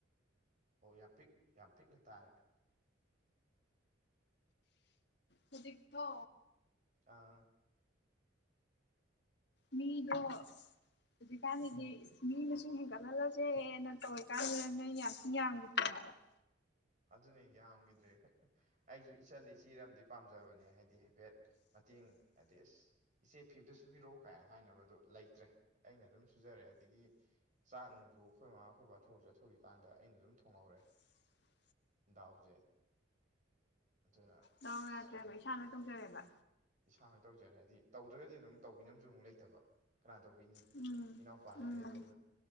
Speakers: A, on the right (about 40°); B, on the left (about 60°).
A: ꯑꯣ ꯌꯥꯝ ꯄꯤꯛ ꯌꯥꯝ ꯄꯤꯛꯅ ꯇꯥꯔꯦ
B: ꯍꯧꯖꯤꯛꯇꯣ
A: ꯑꯥ
B: ꯃꯤꯗꯣ ꯍꯧꯖꯤꯛꯀꯥꯟꯖꯤꯗꯤ ꯃꯤ ꯃꯁꯤꯡ ꯍꯦꯟꯒꯠ ꯍꯜꯂꯁꯦꯅ ꯇꯧꯔꯤꯀꯥꯟꯗꯨꯗ ꯅꯣꯏ ꯌꯥꯝ ꯊꯤ ꯌꯥꯝꯈꯤꯗ꯭ꯔꯦ ꯍꯥꯢꯕ <inaudible>
A: ꯑꯗꯨꯅꯦ ꯌꯥꯝꯈꯤꯗ꯭ꯔꯦ ꯑꯩꯁꯨ ꯏꯆꯜꯂ ꯢꯆꯦꯔ ꯑꯝꯗꯤ ꯄꯥꯝꯖꯕꯅꯦ ꯍꯥꯏꯗꯤ ꯍꯥꯏꯐꯦꯠ ꯃꯇꯦꯡ ꯍꯥꯏꯗꯤ ꯑꯁ ꯏꯆꯦ ꯐꯤ ꯑꯝꯇ ꯁꯨꯕꯤꯔꯛꯎ ꯀꯥꯏ ꯍꯥꯏꯅꯕꯗꯣ ꯂꯩꯇ꯭ꯔꯦ ꯑꯩꯅ ꯑꯗꯨꯝ ꯁꯨꯖꯔꯦ ꯑꯗꯒꯤ ꯆꯥꯛ ꯅꯨꯡꯖꯨ ꯑꯩꯈꯣꯏ ꯃꯃꯥ ꯑꯩꯈꯣꯏ ꯕꯥ ꯊꯕꯛ ꯆꯠꯊꯣꯛꯏꯀꯥꯟꯗ ꯑꯩꯅ ꯑꯗꯨꯝ ꯊꯣꯡꯍꯧꯔꯦ
B: <inaudible>
A: ꯗꯥꯎꯖꯦ ꯑꯗꯨꯅ
B: ꯗꯥꯎ
A: ꯑꯁ
B: ꯌꯥꯗ꯭ꯔꯦꯕ
A: ꯈꯪꯗꯦ
B: ꯏꯁꯥ ꯂꯣꯏ ꯇꯧꯖꯔꯦꯕ
A: ꯏꯁꯥꯅ ꯂꯣꯏ ꯇꯧꯖꯔꯦ ꯍꯥꯏꯗꯤ ꯇꯧꯗ꯭ꯔꯒꯗꯤ ꯑꯗꯨꯝ ꯇꯧꯕꯤꯅꯕꯁꯨ ꯑꯃꯨꯛ ꯂꯩꯇꯕ ꯀꯅꯥ ꯇꯧꯕꯤꯅꯤ
B: ꯎꯝ
A: ꯏꯅꯥꯎꯄꯥ
B: ꯎꯝ
A: ꯍꯥꯏꯔꯦ ꯑꯗꯨꯝ